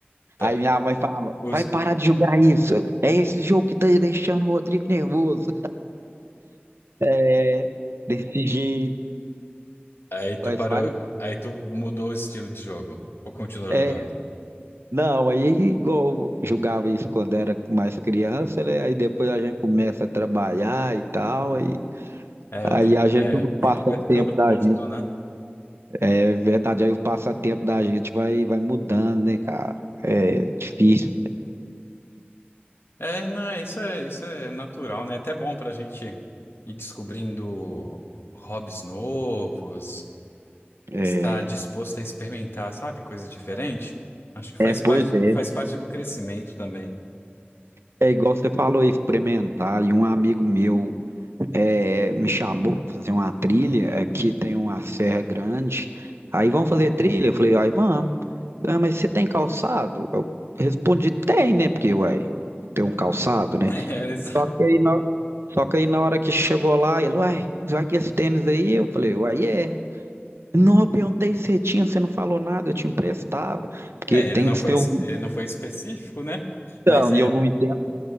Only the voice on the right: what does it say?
Aí minha mãe falava,
vai parar de jogar isso. É esse jogo que tá deixando o Rodrigo nervoso. É, desse jeito.
Mas
faz.
É,
não, aí é igual eu jogava isso quando era mais criança, né? Aí depois a gente começa a trabalhar e tal, aí,
aí
a gente,
o
passatempo
da
gente,
é verdade, aí o passatempo da gente vai, vai mudando, né, cara? É difícil.
É,
é, pois
é.
É igual você falou, experimentar. E um amigo meu, é, me chamou para fazer uma trilha. Aqui tem uma serra grande. Aí vamos fazer trilha? Eu falei, ai, vamos. Ah, mas você tem calçado? Eu respondi, tem, né? Porque, uai, tem um calçado, né?
E aí, na- Só que aí na hora que chegou lá, ele, uai, vai que esse tênis aí? Eu falei, uai, é. Não, eu perguntei se você tinha, você não falou nada, eu te emprestava. Porque
tem
que
ser um.
Então,
e eu não entendo.